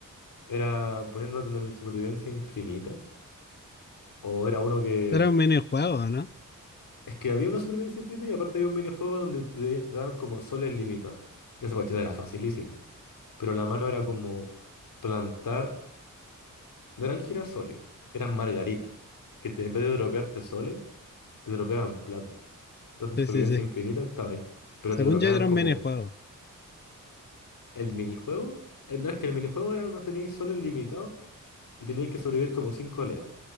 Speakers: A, on the left; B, on the left.
A: Era poniéndote en el supervivencia infinita. O era uno que.
B: Era un minijuego, ¿no?
A: Es que había una supervivencia infinita y aparte había un minijuego donde te, te daban como soles limitados. Y esa cuestión era facilísima. pero la mano era como plantar, no eran girasoles, eran margaritas, que te- en vez de dropearte soles, te dropeaban plata. Entonces
B: Sí,
A: supervivencia
B: sí, sí.
A: infinita estaba ahí, pero
B: Según
A: te dropeaban
B: yo era
A: como
B: un minijuego.
A: el minijuego. eh, No es que el minijuego era cuando teníais soles limitados y teníais que sobrevivir como cinco oleadas,